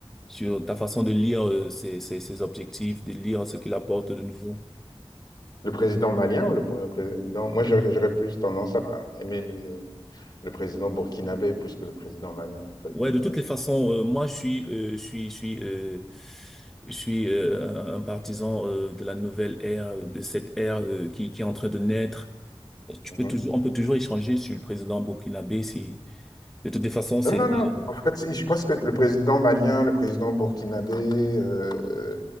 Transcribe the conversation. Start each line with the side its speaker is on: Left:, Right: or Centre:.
Centre: sur ta façon de lire euh, ses, ses, ses objectifs, de lire ce qu'il apporte de nouveau?
Left: Le président malien ou le pr- président... Moi, j'aurais j'aurais plus tendance à aimer le président burkinabé plus que le président malien, en fait.
Centre: Ouais,
Left: Mais,
Centre: de toutes
Left: euh,
Centre: les façons, euh, moi je suis, euh, je suis, je suis, euh, je suis euh, un partisan euh, de la nouvelle ère, de cette ère euh, qui, qui est en train de naître. Tu
Left: mhm.
Centre: peux toujours, on peut toujours échanger sur le président burkinabé. Si de toutes les façons, c'est
Left: Non, non, non.
Centre: déjà
Left: En fait, si- je pense que le président malien, le président burkinabé, euh, euh,